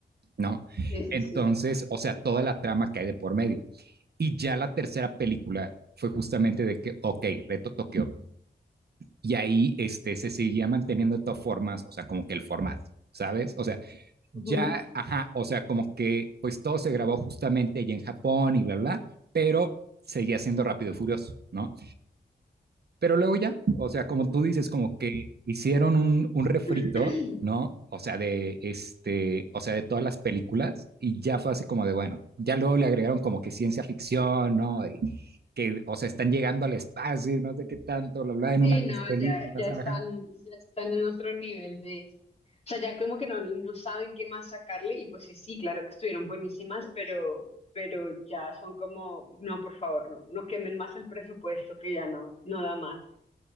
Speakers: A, on the right; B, on the left.
A: ¿no?
B: sí, sí,
A: Entonces,
B: sí.
A: o sea, toda la trama que hay de por medio. Y ya la tercera película fue justamente de que, ok, reto Tokio. Y ahí este, se seguía manteniendo de todas formas, o sea, como que el formato, ¿sabes? O sea, ya,
B: Ujú.
A: ajá, o sea, como que pues todo se grabó justamente allí en Japón y bla, bla, bla pero seguía siendo rápido y furioso, ¿no? Pero luego ya, o sea, como tú dices, como que hicieron un, un refrito,
B: <clears throat>
A: ¿no? O sea, de este, o sea, de todas las películas y ya fue así como de, bueno, ya luego le agregaron como que ciencia ficción, ¿no? Y que, o sea, están llegando al espacio y no sé qué tanto, lo habla en
B: Sí,
A: una de
B: no,
A: las películas,
B: ya, ya están,
A: ajá.
B: ya están en otro nivel de, o sea, ya como que no, no saben qué más sacarle y pues sí, sí, claro que estuvieron buenísimas, pero, pero ya son como, no, por favor, no, no quemen más el presupuesto que ya no, no da más,